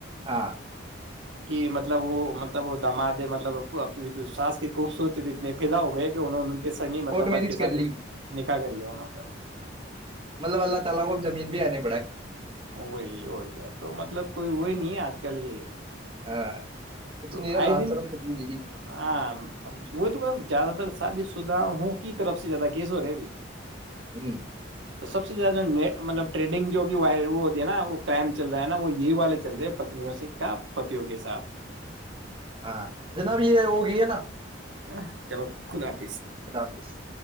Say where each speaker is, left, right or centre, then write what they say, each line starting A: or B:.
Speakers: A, on the right; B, on the right.
A: ہاں
B: کہ مطلب وہ مطلب وہ مطلب وہ داماد ہے مطلب وہ اپنی ساس کی خوبصورتی پہ اتنے فدا ہوگئے کہ انہوں کے سنگ ہی مطلب
A: کورٹ
B: بگ
A: میرج
B: کے ساتھ
A: کرلی
B: نکاح کر لیا انہوں نے
A: مطلب اللہ تعالی کو اب زمین پہ آنا
B: وہی اور کیا تو مطلب کوئی وہی نہیں آج کل یہ
A: ہاں کچھ
B: تو
A: نہیں رہا
B: آئے
A: لات
B: دن
A: شرم کچھ بھی نہیں
B: ہاں وہی تو زیادہ تر شادی شدہ ہوں کی طرف سے زیادہ کیس ہو رہے ابھی
A: ہمم
B: تو سب سے زیادہ نے مطلب ٹریڈنگ جو ابھی وائرل وہ ہوتی ہے نا وہ کرائم چل رہا ہے نا وہ یہی والے چل رہے ہیں پنیوں سے کا پتیوں کے ساتھ
A: ہاں جناب یہ ہوگئی ہے نا
B: ہے نا چلو خدا حافظ
A: خدافظ